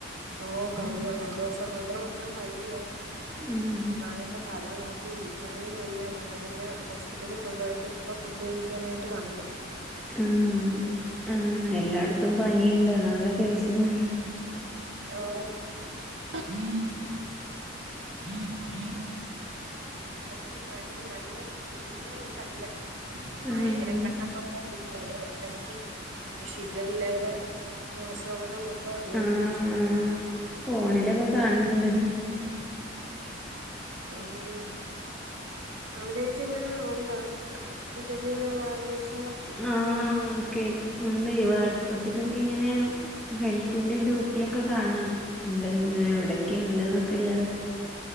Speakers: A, on the right; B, in the centre.
A: ഓഹ് പനിയാ ഇൻജെക്ഷൻ കൊണ്ട് വെച്ചു വയ്യ.
B: ഉം
A: നന്നായപ്പോ തല നോക്കി ഇരിക്കാനും വയ്യ അങ്ങനെ പിന്നെ ഹോസ്പിറ്റലിൽ കൊണ്ടുപോയിട്ട്. ഇപ്പൊ ഫുഡ് കഴിച്ചാനായിട്ട് വന്ന്.
B: ഉം ആഹ്
A: ഉം
B: എല്ലാടത്തും പനിയുണ്ട് അതുകൊണ്ടാ ചോയ്ച്ചത്.
A: ഓഹ് മൊത്തത്തില് പനി നല്ല നല്ല ഇതല്ല. <unintelligible>
B: ആഹ്
A: <unintelligible> ഷിഗല്ല വരെ ന്യൂസുകളൊക്കെ നോ
B: ആഹ് ഫോണിലൊക്കെ കാണുന്നുണ്ട്
A: <unintelligible> ആഹ് അവിടെക്കെ എങ്ങനാ ഉണ്ടാ ഷിഗല്ല <unintelligible> ന്യൂസ്
B: ആഹ് ഓക്കെ ഉണ്ടെയ് വാട്സപ്പിലൊക്കെ ഇങ്ങനെ ഹെൽത്തിന്റെ ഗ്രൂപ്പിലൊക്കെ കാണാം ഉണ്ട് ഇങ്ങനെ എവിടൊക്കെ ഉണ്ട് എന്നൊക്കെള്ളത്.